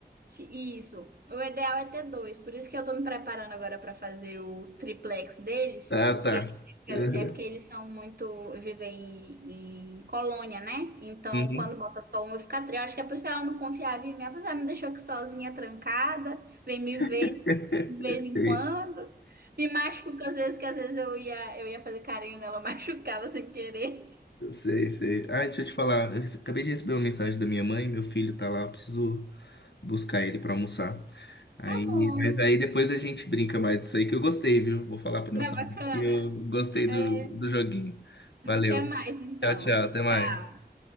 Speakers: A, on the right; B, on the left.
A: Que- Isso. O ideal é ter dois. Por isso que eu tô me preparando agora para fazer o triplex deles,
B: Ah,
A: porque
B: tá.
A: eu quero-
B: Uhum.
A: é porque eles são muito vivem em, em colônia, né? Então,
B: Uhum.
A: quando bota só um, eu fico triste. Eu acho que é por isso que ela não confiava em mim. Ela falou assim, "Ah, me deixou aqui sozinha, trancada, vem me ver
B: <laughs>
A: de vez em quando. Me machuca às vezes, que às vezes eu ia, eu ia fazer carinho nela, <laughs> eu machucava sem querer.
B: Sei, sei, sei. Ah, deixa eu te falar. Eu acabei de receber uma mensagem da minha mãe, meu filho tá lá, eu preciso buscar ele pra almoçar. Aí,
A: Tá bom.
B: mas aí depois a gente brinca mais disso aí que eu gostei, viu? Vou falar pro nosso
A: Não é
B: amigo
A: bacana?
B: que eu gostei do,
A: É,
B: do joguinho. Valeu.
A: até mais então.
B: Tchau, tchau. Até mais.
A: Tchau.